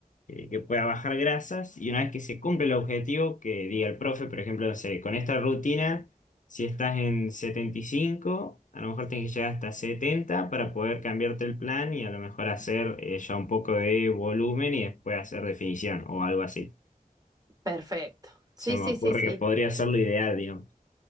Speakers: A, on the left (about 60°); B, on the right (about 25°).
A: eh, que pueda bajar grasas y una vez que se cumple el objetivo, que diga el profe, por ejemplo, no sé, con esta rutina, si estás en 75 a lo mejor tienes que llegar hasta 70 para poder cambiarte el plan y a lo mejor hacer eh, ya un poco de volumen y después hacer definición o algo así.
B: perfecto. Sí,
A: Se me
B: sí,
A: ocurre
B: sí, sí.
A: que podría ser lo ideal, digamos.